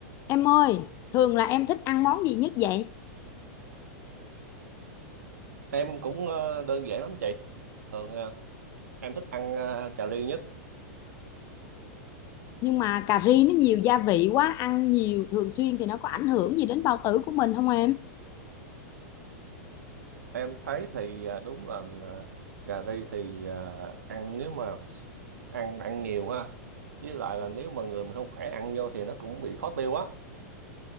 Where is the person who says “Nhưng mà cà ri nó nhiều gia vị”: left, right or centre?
Left